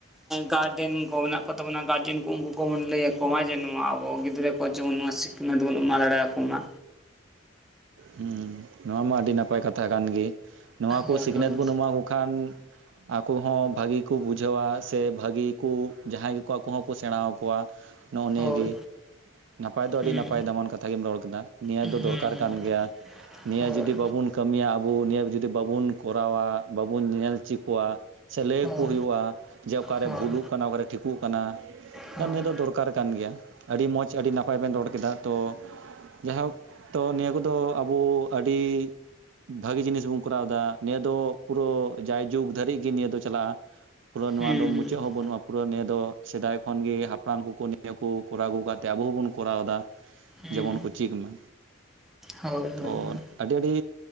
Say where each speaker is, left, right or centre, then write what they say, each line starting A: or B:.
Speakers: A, in the centre; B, on the right.
A: ᱜᱟᱨᱰᱮᱱ ᱠᱚ ᱢᱮᱱᱟᱜ ᱠᱚᱛᱟ ᱵᱚᱱᱟ ᱜᱟᱨᱡᱮᱱ ᱩᱱᱠᱩ ᱠᱚᱵᱚᱱ ᱞᱟᱹᱭ ᱟᱠᱚ ᱢᱟ ᱡᱮ ᱱᱚᱣᱟ ᱟᱵᱚ ᱜᱤᱫᱽᱨᱟᱹ ᱠᱚ ᱡᱮᱢᱚᱱ ᱱᱚᱣᱟ ᱥᱤᱠᱷᱱᱟᱹᱛ ᱵᱚᱱ ᱮᱢᱟ ᱫᱟᱲᱮ ᱟᱠᱚ ᱢᱟ
B: ᱦᱩᱸ ᱱᱚᱣᱟ ᱢᱟ ᱟᱹᱰᱤ ᱱᱟᱯᱟᱭ ᱠᱟᱛᱷᱟ ᱠᱟᱱ ᱜᱮ ᱱᱚᱣᱟ ᱠᱚ
A: ᱦᱳᱭ
B: ᱥᱤᱠᱷᱱᱟᱹᱛ
A: ᱦᱳᱭ
B: ᱵᱚᱱ ᱮᱢᱟ ᱠᱚ ᱠᱷᱟᱱ ᱟᱠᱚ ᱦᱚᱸ ᱵᱷᱟᱹᱜᱤ ᱠᱚ ᱵᱩᱡᱷᱟᱹᱣᱟ ᱥᱮ ᱵᱷᱟᱹᱜᱤ ᱠᱚ ᱡᱟᱦᱟᱸᱭ ᱜᱮᱠᱚ ᱟᱠᱚ ᱦᱚᱸᱠᱚ ᱥᱮᱬᱟ ᱟᱠᱚᱣᱟ ᱱᱚᱜᱚ ᱱᱤᱭᱟᱹ
A: ᱦᱳᱭ
B: ᱜᱤ ᱱᱟᱯᱟᱭ ᱫᱚ ᱟᱹᱰᱤ
A: ᱦᱩᱸ
B: ᱱᱟᱯᱟᱭ ᱫᱟᱢᱟᱱ ᱠᱟᱛᱷᱟ ᱜᱮᱢ ᱨᱚᱲ ᱠᱟᱫᱟ ᱱᱤᱭᱟᱹ
A: ᱦᱩᱸ
B: ᱫᱚ ᱫᱚᱨᱠᱟᱨ
A: ᱦᱩᱸ
B: ᱠᱟᱱ ᱜᱮᱭᱟ ᱱᱤᱭᱟᱹ
A: ᱦᱳᱭ
B: ᱡᱩᱫᱤ ᱵᱟᱵᱼᱼ ᱵᱚᱱ ᱠᱟᱹᱢᱤᱭᱟ ᱟᱵᱚ ᱱᱤᱭᱟᱹ ᱡᱩᱫᱤ ᱵᱟᱵᱚᱱ ᱠᱚᱨᱟᱣᱟ ᱵᱟᱵᱚᱱ ᱧᱮᱞ ᱪᱚ ᱠᱚᱣᱟ ᱥᱮ ᱞᱟᱹᱭᱟᱠᱚ
A: ᱦᱳᱭ
B: ᱦᱩᱭᱩᱜᱼᱟ ᱡᱮ ᱚᱠᱟᱨᱮ
A: ᱦᱳᱭ ᱦᱳᱭ
B: ᱵᱷᱩᱞᱩᱜ ᱠᱟᱱᱟ ᱚᱠᱟᱨᱮ ᱴᱷᱤᱠᱚᱜ ᱠᱟᱱᱟ
A: ᱦᱳᱭ
B: ᱟᱨ ᱱᱤᱭᱟᱹ
A: ᱦᱩᱸ ᱦᱩᱸ
B: ᱫᱚ ᱫᱚᱨᱠᱟᱨ ᱠᱟᱱ ᱜᱮᱭᱟ ᱟᱹᱰᱤ ᱢᱚᱡᱽ ᱟᱹᱰᱤ ᱱᱟᱯᱟᱭ ᱵᱮᱱ ᱨᱚᱲ ᱠᱮᱫᱟ ᱛᱚ ᱡᱟᱭᱦᱳᱠ ᱛᱚ ᱱᱤᱭᱟᱹ ᱠᱚᱫᱚ ᱟᱵᱚ ᱟᱹᱰᱤ ᱵᱷᱟᱜᱤ ᱡᱤᱱᱤᱥ ᱵᱚᱱ ᱠᱚᱨᱟᱣᱫᱟ ᱱᱤᱭᱟᱹ ᱫᱚ ᱯᱩᱨᱟᱹ ᱡᱟᱭᱡᱩᱜᱽ ᱫᱷᱟᱹᱨᱤᱡ ᱜᱮ ᱱᱤᱭᱟᱹ ᱫᱚ ᱪᱟᱞᱟᱜᱼᱟ᱾ ᱯᱩᱨᱟᱹ ᱱᱚᱣᱟ
A: ᱦᱩᱸ
B: ᱫᱚ ᱢᱩᱪᱟᱹᱫ ᱦᱚᱸ ᱵᱟᱹᱱᱩᱜᱼᱟ ᱯᱩᱨᱟᱹ ᱱᱤᱭᱟᱹ ᱫᱚ ᱥᱮᱫᱟᱭ ᱠᱷᱚᱱᱜᱮ ᱦᱟᱯᱲᱟᱢ ᱠᱚᱠᱚ ᱱᱤᱭᱟᱹ ᱠᱚ ᱠᱚᱨᱟᱣ ᱟᱹᱜᱩ ᱠᱟᱜᱛᱮ ᱟᱵᱚ ᱦᱚᱸᱵᱚᱱ ᱠᱚᱨᱟᱣ ᱫᱟ᱾
A: ᱦᱩᱸ
B: ᱡᱮᱢᱚᱱ ᱠᱚ ᱪᱮᱫ ᱢᱟ
A: ᱦᱳᱭ ᱦᱳᱭ ᱦᱳᱭ
B: ᱚᱞ ᱟᱹᱰᱤ ᱟᱹᱰᱤ